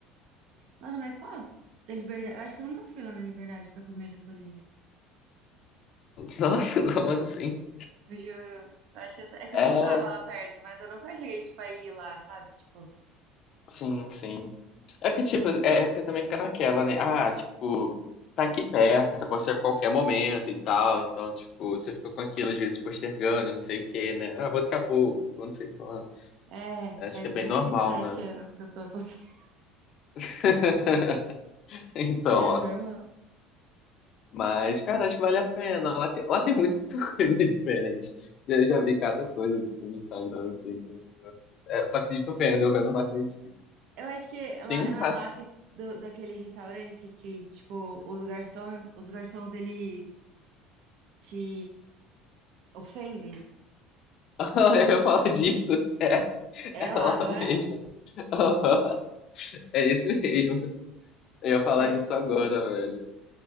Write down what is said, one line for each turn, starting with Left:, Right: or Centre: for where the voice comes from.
Right: Nossa, mas qual da Liberdade? Eu acho que eu nunca fui lá na Liberdade pra comer japonês.
Left: Nossa, <laughs> como assim?
Right: Eu juro. Eu acho que eu, é que
Left: É,
Right: eu estudava lá perto, mas eu nunca cheguei, tipo, a ir lá, sabe? Tipo,
Left: sim, sim. É porque, tipo, é, é porque também fica naquela, né? Ah, tipo, tá aqui perto, pode ser a qualquer momento e tal. Então, tipo, você fica com aquilo, às vezes, postergando e não sei o quê, né? Ah, vou daqui a pouco, vou não sei quando.
Right: é,
Left: Acho
Right: faz
Left: que é bem
Right: vinte
Left: normal,
Right: e sete
Left: né?
Right: anos que eu tô passando. <laughs>
Left: <laughs> Então,
Right: É, normal.
Left: ó. Mas, cara, acho que vale a pena. Lá tem, lá tem muita <laughs> coisa diferente. Eu já vi cada coisa, tipo, no Instagram, assim. que eu- É, só acredito vendo, eu vendo não acredito.
Right: Eu acho que lá,
Left: Tem um cara
Right: não é lá que, do, daquele restaurante que, tipo, os garçons, os garçons, eles te ofendem.
Left: <laughs> Eu ia falar disso. É,
Right: É
Left: é
Right: lá,
Left: lá
Right: não é?
Left: mesmo. <laughs> Aham, É isso mesmo. Eu ia falar
Right: Você
Left: disso agora, velho.